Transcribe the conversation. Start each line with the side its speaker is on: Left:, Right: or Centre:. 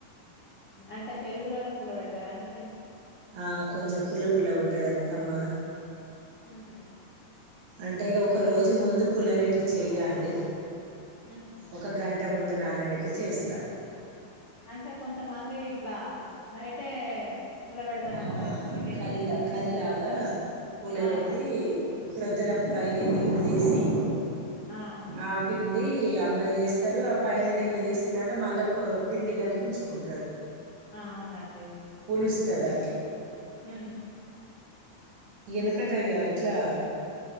Left: అంటే పెరుగులోనే పుల్ల పెడతారా అండి
Right: ఆ కొంచెం పుల్ల పుల్లగా ఉంటదండి కమ్మగా
Left: ఉహు
Right: అంటే ఒక రోజు ముందు పులవెట్టి చెయ్యండి
Left: హుహు.
Right: ఒక గంట ముందు నానబెట్టి చేస్తా
Left: అంటే కొంతమంది ఇట్లా నైటే పుల్ల పెడతారంటారు
Right: ఆ
Left: అయితే పిండిని
Right: కలీలా కలీలాగా పూలపెట్టి
Left: ఆ
Right: ప్రొద్దున పైని నీళ్లు తీసి
Left: ఆ
Right: ఆ పిండి అంబలి చేస్తారు ఆ పైన నీళ్ళు తీసిన దాలో మళ్ళా పిండి కలిపి ఉంచుకుంటారు
Left: ఆవునండి
Right: పులుస్తది అట్లా
Left: ఉ
Right: వెనకటయ్యా ఎట్లా